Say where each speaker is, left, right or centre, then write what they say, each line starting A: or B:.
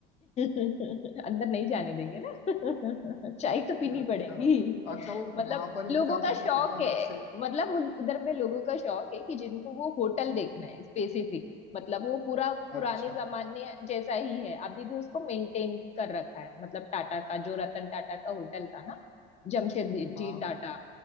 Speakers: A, on the left; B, on the left.
A: अंदर नहीं जाने देंगे ना चाय
B: <laughs>
A: तो पीनी
B: अच्छा
A: पड़ेगी
B: अच्छा वो
A: मतलब
B: वहां पर
A: लोगों
B: ही जा
A: का
B: करके
A: शौक
B: पीनी है अलग
A: है
B: से
A: मतलब उल- उधर पे लोगों का शौक है कि जिनको वो होटल देखना है स्पेसिफिक मतलब वो पूरा पुराने
B: अच्छा
A: जमाने जैसा ही है अभी भी उसको मेंटेन कर रखा है मतलब टाटा का जो रतन टाटा का होटल था ना जमशेदजी
B: हाँ
A: टाटा